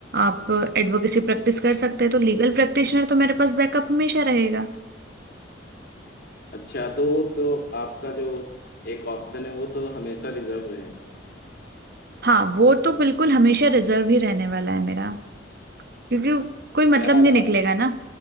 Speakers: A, on the right; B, on the left.
A: आप एडवोकेसी प्रैक्टिस कर सकते हैं तो लीगल
B: हम्म।
A: प्रैक्टिशनर तो मेरे पास बैकअप हमेशा रहेगा
B: अच्छा तो तो आपका जो एक ऑप्शन है वो तो हमेशा रिजर्व रहेगा
A: हाँ वो तो बिल्कुल हमेशा रिजर्व ही रहने वाला है मेरा क्योंकि कोई
B: यार
A: मतलब नहीं
B: आ-
A: निकलेगा ना